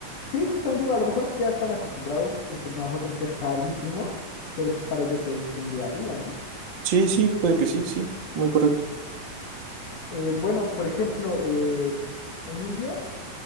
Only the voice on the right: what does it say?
Sí, sí, puede que sí, sí, muy correcto.